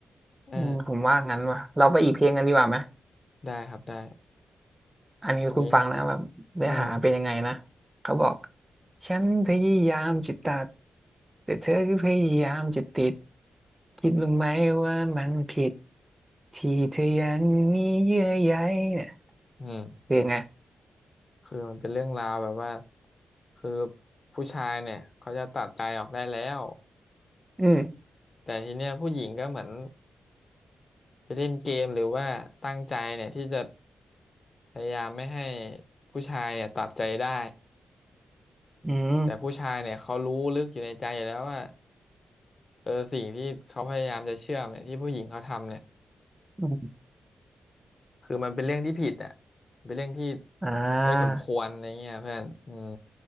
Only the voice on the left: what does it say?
เออ
ได้ครับได้
นี่อืม
อืม
คือมันเป็นเรื่องราวแบบว่าคือผู้ชายเนี่ยเขาจะตัดใจออกได้แล้ว
แต่ทีเนี้ยผู้หญิงก็เหมือนไปเล่นเกมหรือว่าตั้งใจเนี่ยที่จะพยายามไม่ให้ผู้ชายเนี่ยตัดใจได้
แต่ผู้ชายเนี่ยเขารู้ลึกอยู่ในใจอยู่แล้วว่าเออสิ่งที่เขาพยายามจะเชื่อมเนี่ยที่ผู้หญิงเขาทำเนี่ย
คือมันเป็นเรื่องที่ผิดอ่ะเป็นเรื่องที่
ไม่สมควรอะไรเงี้ยเพื่อนอืม